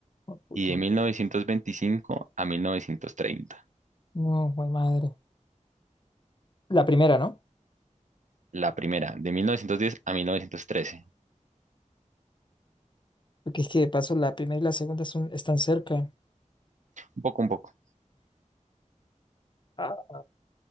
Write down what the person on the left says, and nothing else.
Oh, puta.
No, jue madre. La primera, ¿no?
Porque es que de paso la primera y la segunda son, están cerca.
Ah.